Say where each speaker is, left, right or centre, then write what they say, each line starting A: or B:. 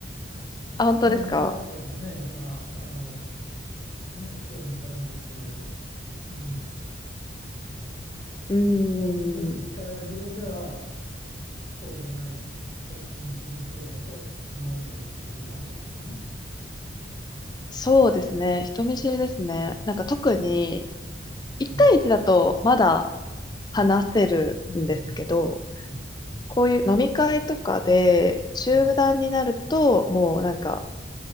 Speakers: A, on the left; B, on the left.
A: <laughs>
B: あ、本当ですか
A: 感じですけどね、今、あの、ね、今日2回目ですけど、うん、
B: うーん。
A: そうでも実際は自分ではそうではないひ人見知りな方だと思われているわけですよね。
B: そうですね。人見知りですね。なんか特に、1対1だとまだ
A: うん、
B: 話せるんですけど、
A: うん、うん、うん、
B: こういう飲み会とかで集団になると、
A: う
B: もうなんか、